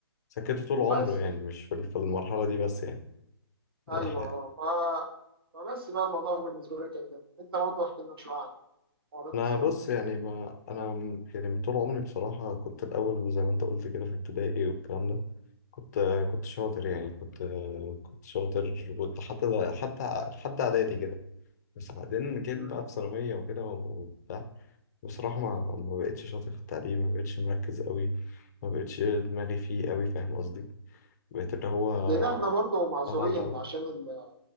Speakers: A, on the left; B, on the right.
A: سكته طول عمره
B: بس
A: يعني مش في في المرحلة دي بس يعني ده
B: ايوه
A: حقيقي
B: اه ف فبس بقى الموضوع بالنسبه لك كده انت برضه احكي لنا شويه عن حوارات
A: أنا
B: الثانوي
A: بص
B: وكده.
A: يعني ما أنا م- يعني من طول عمري بصراحة كنت الأول زي ما أنت قلت كده في ابتدائي والكلام ده كنت كنت شاطر يعني كنت كنت شاطر كنت حتى ده حتى حتى إعدادي كده بس بعدين جيت
B: مم.
A: بقى في ثانوية وكده وبتاع بصراحة ما ما بقتش شاطر في التعليم ما بقتش مركز قوي ما بقتش دماغي فيه قوي فاهم قصدي بقيت اللي هو
B: لان احنا برضه معذورين
A: على الله
B: عشان ال...